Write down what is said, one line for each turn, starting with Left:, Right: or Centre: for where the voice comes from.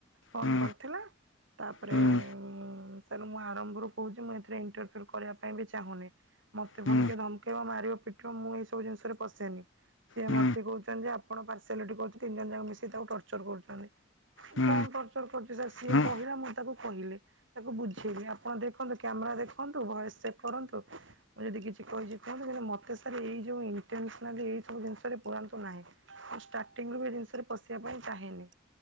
Right: ଫୋନ
Left: ହୁଁ
Right: କରିଥିଲା ତାପରେ
Left: ହୁଁ
Right: ସାର୍ ମୁଁ ଆରମ୍ଭରୁ କହୁଛି ମୁଁ ଇଣ୍ଟରଫିଆର କରିବା ପାଇଁ ବି ଚାହୁଁନି। ମତେ
Left: ହୁଁ
Right: ପୁଣି
Left: ହୁଁ
Right: କିଏ ଧମକେଇବ ମାରିବ ପିଟିବ ମୁଁ ଏଇ ସବୁ ଜିନିଷରେ ପଶେନି। ସିଏ
Left: ହୁଁ
Right: ମତେ
Left: ହୁଁ ହୁଁ
Right: କହୁଛନ୍ତି ଆପଣ ପାରସେଇଲିଟି କହୁଛନ୍ତି ତିନି ଜଣ ମିଶିକି ତାକୁ ଟର୍ଚର କରୁଛନ୍ତି।
Left: ହୁଁ
Right: କଣ
Left: ହୁଁ
Right: ଟର୍ଚର କରୁଛି ସିଏ
Left: ହୁଁ ହୁଁ ହୁଁ
Right: କହିଲା
Left: ହୁଁ
Right: ମୁଁ ତାକୁ କହିଲେ ତାକୁ ବୁଝେଇବି ଆପଣ ଦେଖନ୍ତୁ କ୍ୟାମେରା ଦେଖନ୍ତୁ ଭଏସ ସେଭ କରନ୍ତୁ। ମୁଁ ଯଦି କିଛି କହିଛି କୁହନ୍ତୁ ମତେ ସାର୍ ଏଇ ଯୋଉ ଇଣ୍ଟେନସନାଲି ଏଇ ସବୁ ଜିନିଷରେ ପୁରାନ୍ତୁ ନାହିଁ। ଷ୍ଟାର୍ଟିଂ ରୁ ବି ଏଇ ଜିନିଷରେ ପଶିବା ପାଇଁ ଚାହେଁନି।